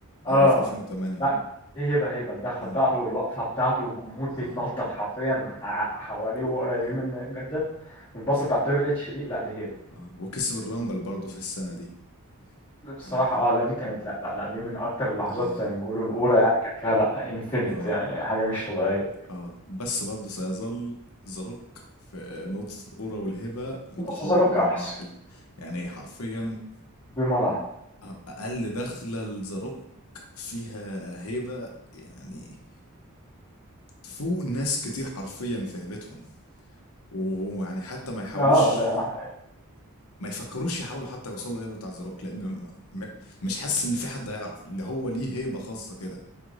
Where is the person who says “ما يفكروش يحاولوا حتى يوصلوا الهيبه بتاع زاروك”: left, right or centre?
Left